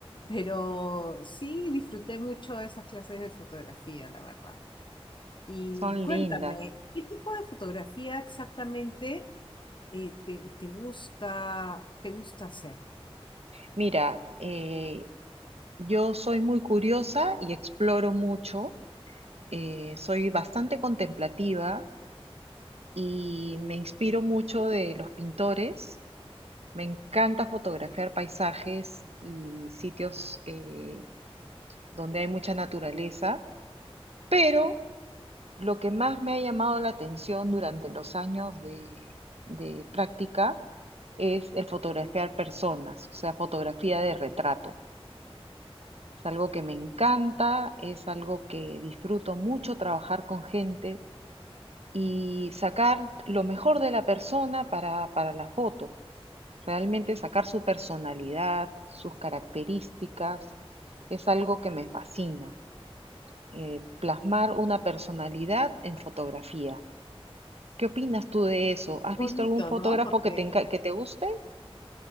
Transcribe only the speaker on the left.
pero sí disfruté mucho esas clases de fotografía, la verdad. Y
cuéntame,
¿qué tipo de fotografía exactamente eh, te, te gusta, te gusta hacer?
Qué bonito,
¿no? Porque